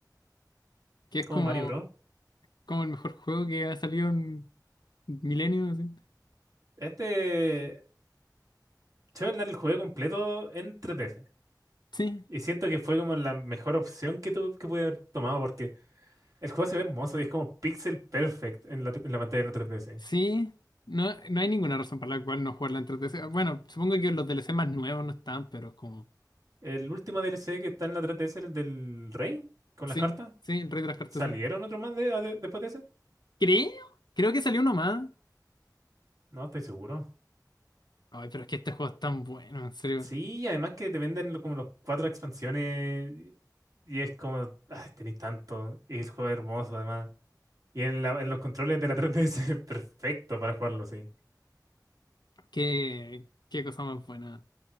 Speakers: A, on the left; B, on the right.
A: Que
B: Es
A: es
B: como
A: como,
B: Mario Bros.
A: como el mejor juego que ha salido en milenios. así.
B: Este. Yo el juego completo en 3DS.
A: Sí,
B: Y siento que fue como la mejor opción que, tuve que pude haber tomado porque el juego se ve hermoso y es como pixel perfect en la, en la pantalla de la 3DS.
A: sí. No, no hay ninguna razón para la cual no jugarla en 3DS. Bueno, supongo que los DLC más nuevos no están, pero como.
B: El último DLC que está en la 3DS, el del Rey, con
A: Sí,
B: las cartas,
A: sí, el Rey de las Cartas,
B: ¿salieron
A: sí.
B: otro más de- de- después de ese?
A: Creo, creo que salió uno más.
B: No, estoy seguro.
A: Ay, pero es que este juego es tan bueno, en serio.
B: Sí, y además que te venden lo- como los cuatro expansiones y es como, ay, tenéis tanto. Y el juego es hermoso además. Y en, la- en los controles de la <laughs> 3DS es perfecto para jugarlo, sí.
A: Qué, qué cosa más buena.